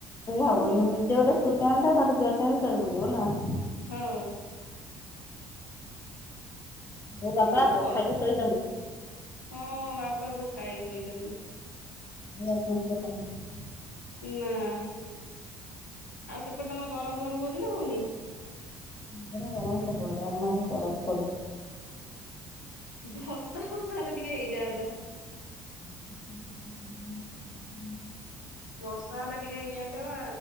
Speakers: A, on the left; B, on the left.
A: ହବନି
B: ହଁ
A: ନିଜେ ଗୋଟେ କୁ ଫୋନଟା କାଟିଦିଅ। <unintelligible>
B: ହୁଁ।
A: ବୋଉ, ବାପା
B: ଯୋଉ ଗରମ
A: ଖାଇକି ଶୋଇଛନ୍ତି।
B: ହଁ ବାପା, ବୋଉ ଖାଇକି ଶୋଇଛନ୍ତି।
A: ଭାଇ ଏପର୍ଯ୍ୟନ୍ତ କରିନି।
B: ନା। ଆଉ ସେପଟେ ତମର ଗରମ ଫରମ ହଉଛି ନା ହଉନି?
A: ପ୍ରବଳ ଗରମ ସବୁଆଡେ। ଆମ ଆଡେ ବରଫ ପଡୁଛି।
B: ବର୍ଷା ଫର୍ଷା ହେଲେ ଟିକେ ହେଇଯାଆନ୍ତା।
A: <inaudible>
B: ବର୍ଷା ହେଲେ ଟିକେ ହେଇଯାଆନ୍ତା ବା